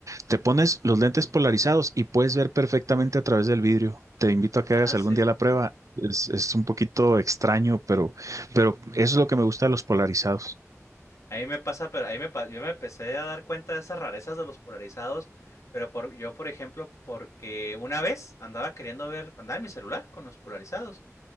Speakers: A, on the right; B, on the left.
A: Te pones los lentes polarizados y puedes ver perfectamente a través del vidrio. Te invito a que
B: Ah,
A: hagas algún
B: sí.
A: día la prueba. Es, es un poquito extraño, pero, pero eso es lo que me gusta de los polarizados.
B: A mí me pasa, pero ahí me pa- yo me empecé a dar cuenta de esas rarezas de los polarizados, pero por, yo, por ejemplo, porque una vez andaba queriendo ver, andaba en mi celular con los polarizados